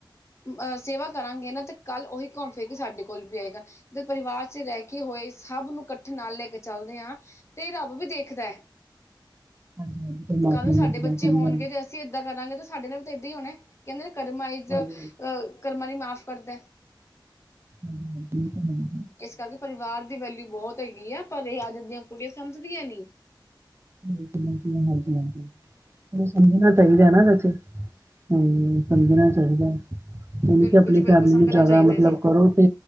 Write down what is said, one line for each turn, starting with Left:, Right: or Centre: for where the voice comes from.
Left: ਅਹ ਸੇਵਾ ਕਰਾਂਗੇ ਤੇ ਕੱਲ ਉਹੀ ਘੁੰਮ ਫਿਰ ਕੇ ਸਾਡੇ ਕੋਲ ਵੀ ਆਏਗਾ। ਦੇ ਪਰਿਵਾਰ 'ਚ ਰਹਿ ਕੇ ਹੋਏ ਸਭ ਨੂੰ ਇਕੱਠੇ ਨਾਲ ਲੈ ਕੇ ਚਲਦੇ ਹਾਂ ਤੇ ਰੱਬ ਵੀ ਦੇਖ ਕੀਹਦਾ
Right: ਹਾਂਜੀ-ਹਾਂਜੀ ਪਰਮਾਤਮਾ
Left: ਕੱਲ ਨੂੰ ਸਾਡੇ
Right: ਮਿਲਦਾ
Left: ਬੱਚੇ
Right: ਸਹੀ
Left: ਹੋਣਗੇ
Right: ਗੱਲ
Left: ਜੇ ਅ। ਅਸੀਂ ਇੱਦਾਂ ਕਰਾਂਗੇ ਤਾਂ ਸਾਡੇ ਨਾਲ ਵੀ ਤਾਂ ਇੱਦਾਂ ਹੀ ਹੋਣਾ ਕਹਿੰਦੇ ਨੇ ਕਰਮਾਹ ਜੋ
Right: ਹਾਂਜੀ-ਹਾਂਜੀ।
Left: ਕਰਮਾਂ ਲਈ ਮਾਫ਼ ਕਰਦਾ।
Right: ਹਾਂਜੀ ਹਾਂਜੀ ਬਿਲਕੁਲ ਜੀ
Left: ਇਸ ਕਰਕੇ ਪਰਿਵਾਰ ਦੀ ਵੈਲਿਊ ਬਹੁਤ ਹੈਗੀ ਆ ਪਰ ਇਹ ਅੱਜ ਦੀਆਂ ਕੁੜੀਆਂ ਸਮਝਦੀਆਂ ਨੀ।
Right: <inaudible> ਸਮਝਣਾ ਚਾਈਦਾ ਨਾ ਵੈਸੇ ਹੂੰ ਸਮਝਣਾ ਚਾਈਦਾ। ਠੀਕ
Left: ਬਿਲਕੁਲ
Right: ਐ ਠੀਕ
Left: ਜੀ ਬਿਲਕੁਲ
Right: ਐ ਫੈਮਲੀ
Left: ਸਮਝਣਾ
Right: ਨੂੰ ਜਾਦਾ
Left: ਚਾਹੀਦਾ
Right: ਮਤਲਬ
Left: ਜੀ
Right: ਕਰੋ ਤੇ